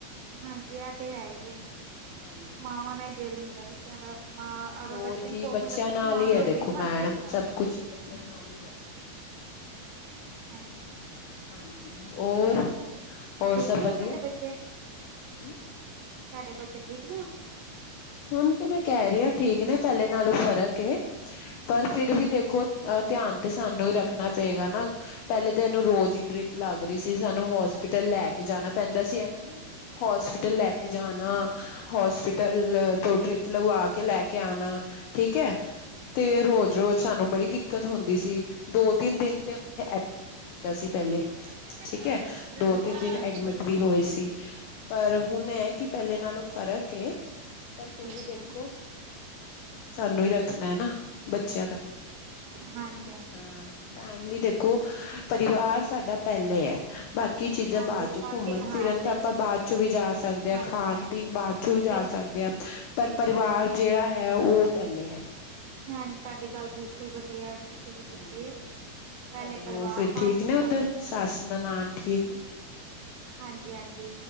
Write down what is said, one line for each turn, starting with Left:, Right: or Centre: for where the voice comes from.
Right: ਹਾਂਜੀ, ਐ ਤੇ ਹੈਈ ਏ
Left: ਹਾਂਜੀ
Right: ਮਾਵਾਂ ਨਾ ਈ ਦਿਲ ਹੁੰਦਾ ਬੱਚਿਆਂ ਦਾ। ਮਾਂ ਅਗਰ
Left: ਹੋਰ
Right: ਬੱਚੇ
Left: ਕੀ
Right: ਨੂੰ ਭੁੱਖ
Left: ਬੱਚਿਆਂ
Right: ਨੀ ਲੱਗਦੀ,
Left: ਨਾਲ
Right: ਤੇ ਮਾਂ
Left: ਹੀ
Right: ਵੀ
Left: ਹੈ ਦੇਖੋ
Right: ਰੋਟੀ ਨੀ
Left: ਮੈਡਮ
Right: ਖਾਂਦੀ ਸਈ ਤਰਾ
Left: ਸਭ ਕੁਛ ਬੱਚਿਆਂ ਨਾਲ ਹੀ ਹੈਗਾ
Right: ਹਾਂਜੀ।
Left: ਹਾਂਜੀ, ਔਰ
Right: ਹੋਰ
Left: ਹੋਰ
Right: ਠੀਕ
Left: ਸਭ
Right: ਨੇ ਹੁਣ
Left: ਵਧੀਆ।
Right: ਤੁਹਾਡੇ ਬੱਚੇ
Left: ਕੀ
Right: ਤੁਹਾਡੇ ਬੱਚੇ ਠੀਕ ਨੇ ਹੁਣ?
Left: ਹੁਣ ਤੇ ਮੈਂ ਕਹਿ ਰੀ ਠੀਕ ਨੇ ਪਹਿਲਾ ਨਾਲੋ ਫ਼ਰਕ ਏ ਪਰ ਫੇਰ
Right: ਅੱਛਾ
Left: ਵੀ ਦੇਖੋ ਧਿਆਨ ਤੇ ਸਾਨੂੰ ਈ ਰੱਖਨਾ ਪਏਗਾ ਨਾ ਪਹਿਲਾ ਤੇ ਏਨੂੰ ਰੋਜ਼ ਈ ਡਰਿਪ ਲੱਗ ਰੀ ਸੀ ਸਾਨੂੰ ਹੋਸਪਿਟਲ ਲੈ ਕੇ ਜਾਣਾ ਪੈਂਦਾ ਸੀ ਐਨਾ ਨੂੰ ਹੋਸਪਿਟਲ ਲੈ ਕੇ ਜਾਣਾ, ਹੋਸਪਿਟਲ ਤੋ ਡਰਿੱਪ ਲਗਵਾ ਕੇ, ਲੈਕੇ ਆਣਾ ਠੀਕ ਐ ਤੇ ਰੋਜ਼-ਰੋਜ਼ ਸਾਨੂੰ ਬੜੀ ਦਿੱਕਤ ਹੁੰਦੀ ਸੀ, ਦੋ-ਤਿੰਨ ਦਿਨ ਤੇ ਕੀਤਾ ਸੀ ਪਹਿਲੇ
Right: ਅੱਛਾ
Left: ਠੀਕ
Right: ਅੱਛਾ
Left: ਅਤਦੋ ਤਿੰਨ ਦਿਨ ਐਡਮਿਟ
Right: ਅੱਛਾ
Left: ਵੀ ਹੋਏ ਸੀ਼ ਪਰ ਹੁਣ ਇਹ ਕਿ ਪਹਿਲੇ ਨਾਲੋ ਫ਼ਰਕ ਏ ਪਰ ਫਿਰ
Right: ਅੱਛਾ
Left: ਵੀ ਦੇਖੋ ਸਾਨੂੰ ਹੀ ਰੱਖਣਾ ਨਾ ਬੱਚਿਆਂ ਦਾ
Right: ਹਾਂ ਹਾਂਜੀ-ਹਾਂਜੀ
Left: ਹਾਂ ਫੈਮਲੀ ਦੇਖੋ ਪਰਿਵਾਰ ਸਾਡਾ ਪਹਿਲੇ ਐ ਬਾਕੀ ਕੀ ਚੀਜ਼ਾਂ
Right: ਹਾਂਜੀ
Left: ਬਾਅਦ ਚੋਂ
Right: ਬਾਕੀ
Left: ਘੁੰਮਣ
Right: ਹਾਂ
Left: ਫਿਰਨ
Right: ਸਹੀ
Left: ਤਾਂ ਆਪਾਂ
Right: ਸਹੀ
Left: ਬਾਅਦ ਚੋਂ ਵੀ ਜਾ ਸਕਦੇ ਹਾਂ
Right: ਹਾਂਜੀ
Left: ਖਾਣ
Right: ਹਾਂਜੀ
Left: ਪੀਣ ਬਾ ਅਦ ਜਾ
Right: ਬਿਲ
Left: ਸਕਦੇ ਆ
Right: ਹਾਂ
Left: ਪਰ ਪਰਿਵਾਰ ਜਿਹੜਾ ਹੈ ਉਹ ਪਹਿਲੇ ਹੈ।
Right: ਹਾਂਜੀ, ਤੁਹਾਡੀ ਗੱਲ ਬਿਲਕੁਲ ਵਧੀਆ ਤੁਸੀਂ ਕੀਤੀ
Left: ਹਾਂਜੀ-ਹਾਂਜੀ
Right: ਹੈ ਪਹਿਲੇ
Left: ਤੁਹਾਡੀ
Right: ਪਰਿਵਾਰ
Left: ਹੋਰ ਫਿਰ
Right: ਬਾਅਦ
Left: ਠੀਕ
Right: ਚੋਂ
Left: ਨੇ ਉੱਧਰ
Right: ਸਾਡਾ ਕੰਮ
Left: ਸੱਸ ਨਨਾਣ ਠੀਕ ਨੇ
Right: ਹਾਂਜੀ-ਹਾਂਜੀ!